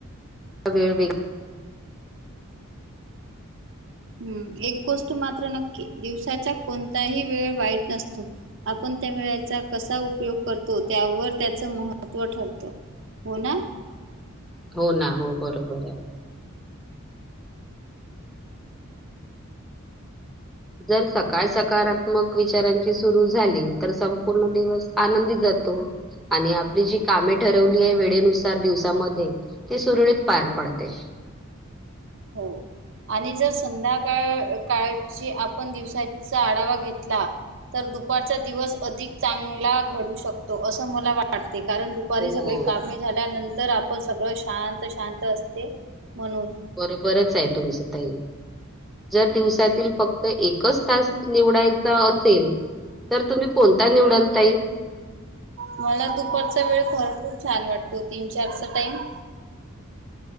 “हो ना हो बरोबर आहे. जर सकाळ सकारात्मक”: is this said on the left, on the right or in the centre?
Centre